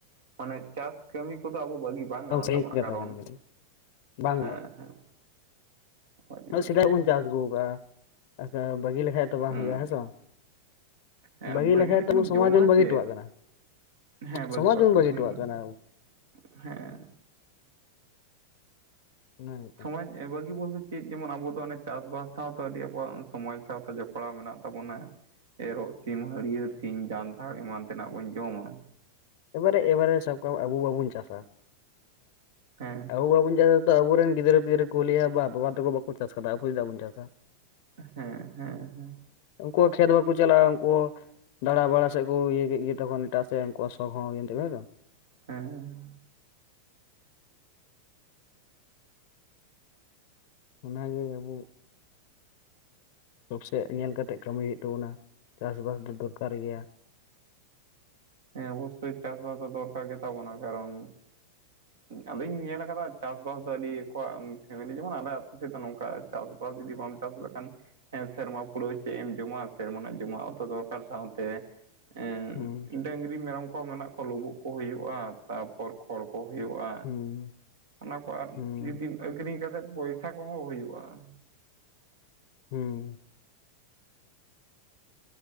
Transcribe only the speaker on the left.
ᱮᱠᱫᱚᱢ ᱥᱟᱹᱦᱤ
ᱠᱟᱛᱷᱟ
ᱠᱟᱱ ᱜᱮᱭᱟ ᱵᱟᱝ
ᱩᱱᱟᱹᱜ ᱥᱮᱫᱟᱭ
ᱵᱚᱱ ᱪᱟᱥ ᱟᱹᱜᱩ ᱟᱠᱟᱜᱼᱟ ᱦᱮᱸ ᱥᱮ ᱵᱟᱹᱜᱤ ᱞᱮᱠᱷᱟᱡ ᱛᱚ ᱵᱟᱝ
ᱦᱩᱭᱩᱜᱼᱟ ᱦᱮᱸ ᱥᱮ ᱵᱟᱝ
ᱵᱟᱹᱜᱤ
ᱞᱮᱠᱷᱟᱡ
ᱫᱚ ᱟᱵᱚ ᱥᱚᱢᱟᱡᱽ
ᱵᱚᱱ ᱵᱟᱹᱜᱤ
ᱦᱚᱴᱚᱣᱟᱜ ᱠᱟᱱᱟ
ᱥᱚᱢᱟᱡᱽ
ᱵᱚᱱ ᱵᱟᱹᱜᱤ
ᱦᱚᱴᱚᱣᱟᱜ ᱠᱟᱱᱟ
ᱚᱱᱟ ᱜᱮᱛᱚ
ᱮᱵᱟᱨᱮ ᱮᱵᱟᱨᱮ ᱥᱟᱵ ᱠᱟᱜ ᱢᱮ ᱟᱵᱚ ᱵᱟᱵᱚᱱ ᱪᱟᱥᱟ
ᱟᱵᱚ ᱵᱟᱵᱚᱱ ᱪᱟᱥᱟ ᱛᱚ ᱟᱵᱚᱨᱮᱱ ᱜᱤᱫᱽᱨᱟᱹ ᱯᱤᱫᱽᱨᱟᱹ ᱠᱚ ᱞᱟᱹᱭᱟ ᱵᱟ ᱵᱟᱵᱟ ᱛᱟᱠᱚ ᱵᱟᱠᱚ ᱪᱟᱥ ᱟᱠᱟᱫᱟ ᱟᱵᱚ ᱪᱮᱫᱟᱜ ᱵᱚᱱ ᱪᱟᱥᱟ᱾
ᱩᱱᱠᱩᱣᱟᱜ ᱠᱷᱮᱛ ᱵᱟᱠᱚ ᱪᱟᱞᱟᱜ-ᱟ ᱩᱱᱠᱩ ᱫᱟᱬᱟ ᱵᱟᱲᱟ ᱥᱮᱫ ᱠᱚ ᱤᱭᱟᱹ ᱠᱮᱫ ᱜᱮ ᱛᱚᱠᱷᱚᱱ ᱮᱴᱟᱜ ᱥᱮᱫ ᱩᱱᱠᱩ ᱥᱚᱠ ᱦᱚᱸ ᱦᱚᱭᱮᱱ ᱛᱚᱵᱮ ᱫᱚ
ᱚᱱᱟᱜᱮ ᱟᱵᱚ ᱥᱚᱠᱥᱮᱜ ᱧᱮᱞ ᱠᱟᱛᱮ ᱠᱟᱹᱢᱤ ᱦᱩᱭᱩᱜ ᱛᱟᱵᱚᱱᱟ ᱪᱟᱥ ᱵᱟᱥ ᱫᱚ ᱫᱚᱨᱠᱟᱨ ᱜᱮᱭᱟ
ᱦᱩᱸ
ᱦᱩᱸ
ᱦᱩᱸ
ᱦᱩᱸ